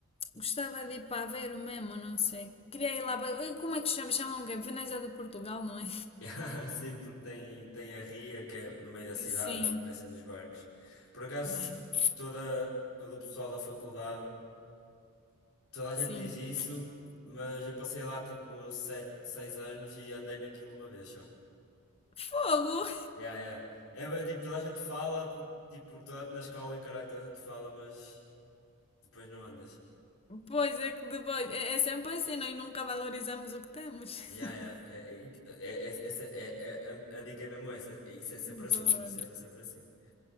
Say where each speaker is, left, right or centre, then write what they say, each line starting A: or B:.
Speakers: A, on the left; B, on the left.
A: Gostava de ir para Aveiro mesmo, não sei. Queria ir lá para... Como é que chama? Chamam o quê? Veneza de Portugal, não é?
B: <laughs> Sim, porque tem, tem a ria que é no meio da cidade,
A: Sim,
B: uma espécie dos barcos. Por acaso,
A: bem,
B: se- toda, todo o pessoal da faculdade Toda a gente
A: sim.
B: diz isso, mas eu passei lá tipo sete seis anos e andei naquilo uma vez só.
A: Fogo!
B: Yeah, yeah. É bem, tipo, toda a gente fala, tipo, toda, na escola e o caralho, toda a gente fala, mas depois não andas.
A: Pois é que depois. É, é sempre assim, nós nunca valorizamos o que temos.
B: Yeah,
A: <laughs>
B: yeah. É, é, é- é- essa, é, é- é, a, a dica é mesmo essa. É- Isso é sempre assim,
A: Bora.
B: funciona sempre assim.